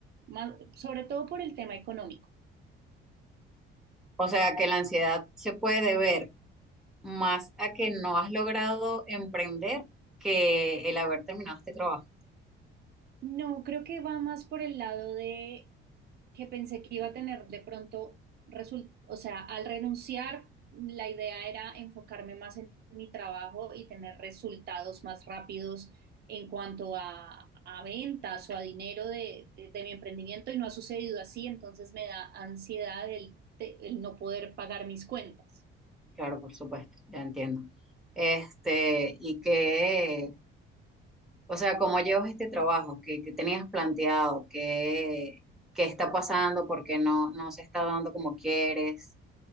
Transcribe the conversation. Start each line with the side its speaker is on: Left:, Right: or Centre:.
Right: más- sobre todo por el tema económico.
Centre: O sea, que la ansiedad se puede ver más a que no has logrado emprender que el haber terminado este trabajo.
Right: No, creo que va más por el lado de que pensé que iba a tener de pronto result, o sea, al renunciar, la idea era enfocarme más en mi trabajo y tener resultados más rápidos en cuanto a, a ventas o a dinero de, de- de mi emprendimiento y no ha sucedido así, entonces me da ansiedad el, te- el no poder pagar mis cuentas.
Centre: Claro, por supuesto, ya entiendo. Este, y que, o sea, ¿cómo llevas este trabajo? ¿Qué, qué tenías planteado? ¿Qué, qué está pasando? ¿Por qué no, no se está dando como quieres?